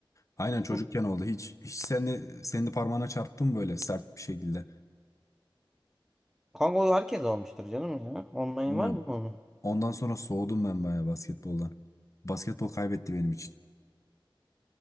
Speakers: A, on the left; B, in the centre.
A: aynen çocukken
B: Hı.
A: oldu. Hiç hiç sen de senin de parmağına çarptı mı böyle sert bir şekilde?
B: Kanka o herkes olmuştur canım ya. Olmayın
A: Bilmiyorum.
B: var mı onu?
A: Ondan sonra soğudum ben bayağı basketboldan. Basketbol kaybetti benim için.